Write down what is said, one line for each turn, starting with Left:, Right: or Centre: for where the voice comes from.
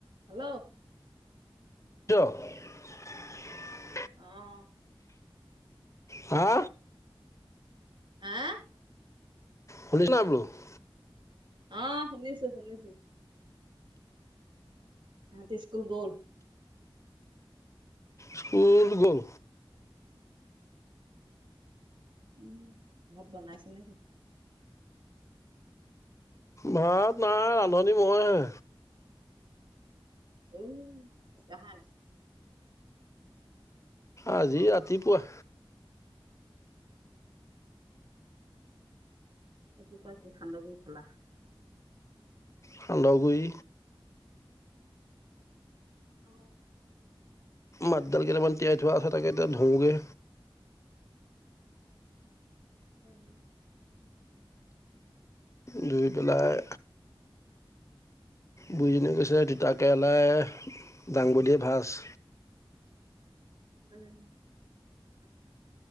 Right: Hello
Left: <inaudible>
Right: অ '
Left: হা
Right: আএ
Left: বল <inaudible> <unintelligible> <inaudible>
Right: আহ শুনিছো শুনিছো। তাহঁতি স্কুল গ'ল?
Left: স্কুল গ'ল?
Right: উম ভাত বনাইছ নে কি?
Left: ভাত নাই ৰান্ধনী মই হে।
Right: উ কাহানি?
Left: আজি ৰাতি পুৱা।
Right: ৰাতিপুৱা কি সান্দগুৰি খালা?
Left: সান্দহগুৰি।
Right: আহ
Left: মাটিদালি কেইটামান তিয়াই থোৱা আছে তাকে এতিয়া ধুওঁগে
Right: উম
Left: ধুই পেলাই বুঢ়ীজনীয়ে কৈছে তিতাকেৰেলাই দাংবদিয়ে ভাজ
Right: উম